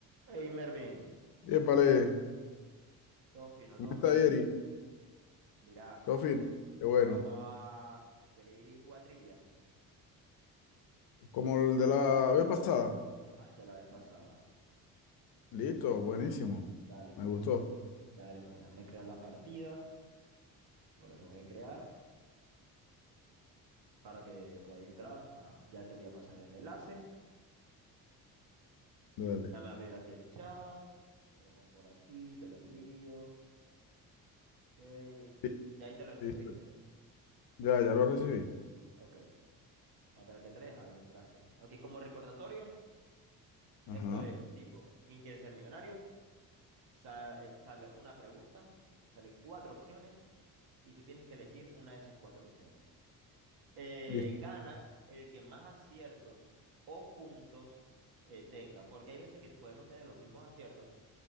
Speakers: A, on the right; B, on the left.
A: Hey Mervin,
B: Épale,
A: ¿qué onda? Todo fino,
B: ¿cómo
A: todo
B: está
A: fino.
B: Yeri?
A: Mirá,
B: Todo fino.
A: ye-
B: Qué bueno.
A: vamos a... ¿Queréis jugar trivia?
B: Como el de la vez pasada.
A: Ajá, el de la vez pasada.
B: Listo, buenísimo.
A: Dale pues,
B: Me gustó.
A: da- dale pues, dame crear la partida, ahora la tengo que crear para que podáis entrar. Ah, ya te voy a pasar el enlace.
B: Dale.
A: Dame abrir aquí el chat, te lo pongo por aquí, te lo envío. Ok,
B: Li-
A: ya ahí te lo envío,
B: Listo.
A: ¿viste?
B: Ya, ya lo recibí.
A: Ok, vamos a esperar que entres, ah, ya entraste. Ok, como recordatorio,
B: Ajá.
A: esto es tipo, ¿quién quiere ser millonario? Sa- eh, Sale una pregunta, salen cuatro opciones y tú tienes que elegir una de esas cuatro opciones. Eh,
B: Listo.
A: gana el que más aciertos o puntos eh, tenga, porque hay veces que podemos tener los mismos aciertos,